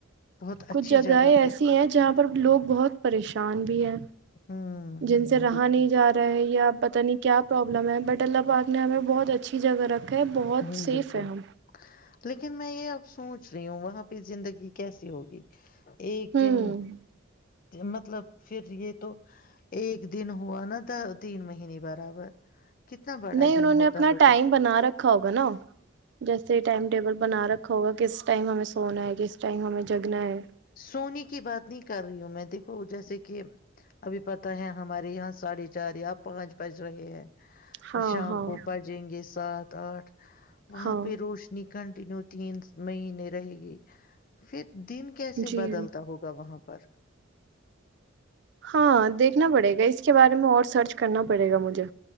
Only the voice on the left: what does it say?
بہت
اچھی
جگہ
پہ
ہوں ہوں
بالکل
ہوں
بالکل
لیکن میں یہ اب سوچ رہی ہوں وہاں پہ زندگی کیسی ہوگی ایک
دن مطلب پھر یہ تو ایک دن ہوا نا تھا تین مہینے برابر کتنا بڑا
دن
ہوتا
ہوگا
سونی کی بات نہیں کر رہی ہوں میں دیکھو جیسے کہ ابھی پتہ ہے ہمارے یہاں ساڑھے چار یا پانچ بج رہے ہیں
شام
کو پجیں گے ساتھ س آٹھ وہاں
پہ روشنی کنٹ یو تین مہینے رہے گی پھر دن کیسے
بدلتا ہوگا وہاں پہ پر